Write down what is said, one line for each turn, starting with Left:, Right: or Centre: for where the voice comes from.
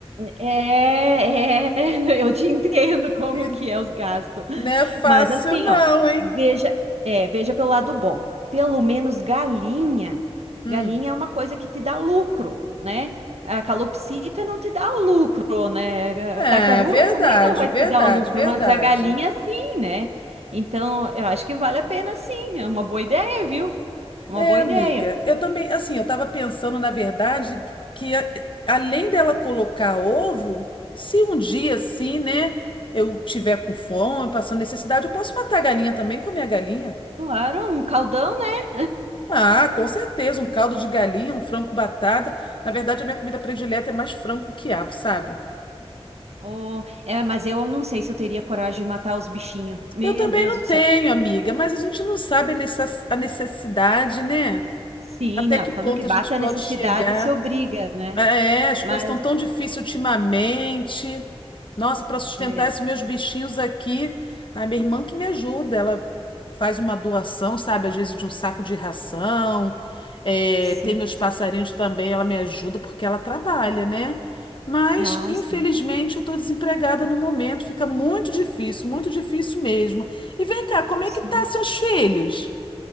Right: É, é, <laughs> eu te entendo como
Left: E
Right: que é os gastos.
Left: não é fácil
Right: Mas assim,
Left: não,
Right: ó,
Left: hein?
Right: veja, é, veja pelo lado bom. Pelo menos galinha,
Left: Hum.
Right: galinha é uma coisa que te dá lucro, né? A calopsita não te dá o lucro, né?
Left: É,
Right: A tartaruga
Left: verdade,
Right: também não vai
Left: verdade,
Right: te dar o lucro,
Left: verdade.
Right: mas a galinha sim, né? Então, eu acho que vale a pena sim, é uma boa ideia, viu? Uma
Left: É,
Right: boa
Left: amiga,
Right: ideia.
Left: eu também, assim, eu tava pensando, na verdade, que a- além dela colocar ovo, se um dia assim, né, eu tiver com fome, passando necessidade, eu posso matar a galinha também, comer a galinha.
Right: Claro, um caldão, né?
Left: Ah, com certeza, um caldo de galinha, um frango com batata. Na verdade, a minha comida predileta é mais frango que quiabo, sabe?
Right: Oh, é, mas eu não sei se eu teria coragem de matar os bichinhos. Meu
Left: Eu também
Right: Deus
Left: não
Right: do
Left: tenho,
Right: céu.
Left: amiga, mas a gente não sabe a necess- a necessidade, né?
Right: Sim,
Left: Até
Right: não.
Left: que
Right: Quando
Left: ponto
Right: que bate
Left: a gente pode
Right: a necessidade,
Left: chegar.
Right: se obriga, né?
Left: É, é, as
Right: Mas,
Left: coisas estão tão difíceis ultimamente. Nossa, para sustentar
Right: é, é,
Left: esses meus bichinhos aqui, a minha irmã que me ajuda, ela faz uma doação, sabe, às vezes de um saco de ração. É,
Right: sim.
Left: tem meus passarinhos também, ela me ajuda porque ela trabalha, né? Mas,
Right: é,
Left: infelizmente,
Right: Ah, sim,
Left: eu tô desempregada no momento, fica muito difícil, muito difícil mesmo. E vem cá, como
Right: sim.
Left: é que tá seus filhos?